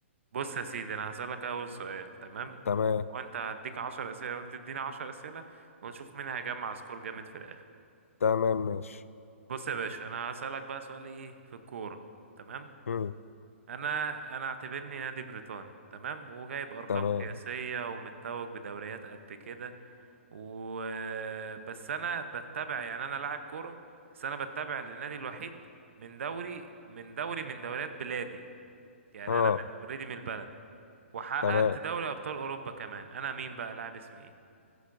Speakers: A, on the right; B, on the left.
A: بص يا سيدي انا هسألك اول سؤال تمام
B: تمام
A: وانت هديك عشر اسئله وانت تديني عشر اسئله ونشوف مين هيجمع سكور جامد في الاخر
B: تمام ماشي
A: بص يا باشا انا هسألك بقى سؤال ايه في الكوره تمام
B: مم.
A: انا انا اعتبرني نادي بريطاني تمام وجايب ارقام
B: تمام
A: قياسيه ومتوج بدوريات قد كده و بس انا بتبع يعني انا لاعب كوره بس انا بتبع للنادي الوحيد من دوري من دوري من دوريات بلادي يعني
B: اه
A: انا من اوريدي من البلد وحققت
B: تمام
A: دوري ابطال اوروبا كمان انا مين بقى لاعب اسمي ايه